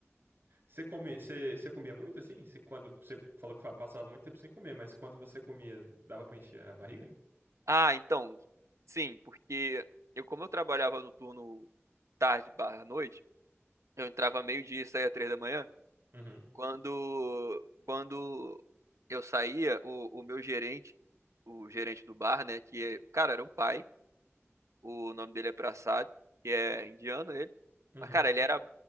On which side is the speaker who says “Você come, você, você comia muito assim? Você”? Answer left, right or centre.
Right